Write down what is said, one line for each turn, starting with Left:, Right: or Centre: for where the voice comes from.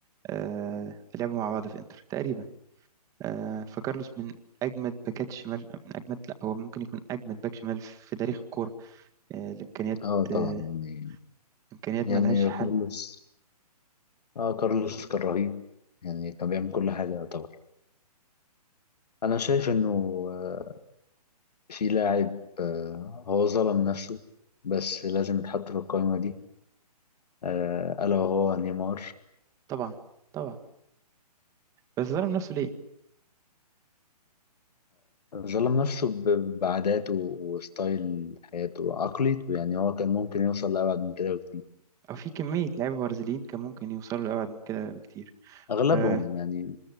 Right: آه، لعبوا مع بعض في إنتر تقريبا آه، فكارلوس من اجمد باكات الشمال من اجمد لا هو ممكن يكون اجمد باك شمال في تاريخ الكوره آه، الامكانيات
Left: اه
Right: آه،
Left: طبعا يعني
Right: امكانيات
Left: يعني
Right: ملهاش حل
Left: كارلوس اه كارلوس كان رهيب يعني كان بيعمل كل حاجه يعتبر انا شايف انه آه، في لاعب آه، هو ظلم نفسه بس لازم يتحط في القائمه دي آه، الا وهو نيمار
Right: طبعا طبعا بس ظلم نفسه ليه
Left: ظلم نفسه ب- بعاداته وستايل حياته وعقليته يعني هو كان ممكن يوصل لأبعد من كده بكتير
Right: او في كميه لعيبه برازيليين كان ممكن يوصلوا لابعد من كده بكتير
Left: اغلبهم
Right: آه،
Left: يعني